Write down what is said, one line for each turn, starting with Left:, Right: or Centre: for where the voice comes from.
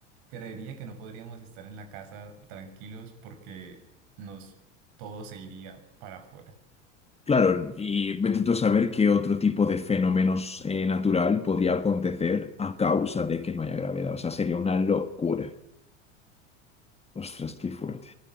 Right: creería que no podríamos estar en la casa tranquilos porque nos todo se iría para afuera.
Left: Claro, y me intento saber qué otro tipo de fenómenos eh, natural podría acontecer a causa de que no haya gravedad. O sea, sería una locura. Ostras, qué fuerte.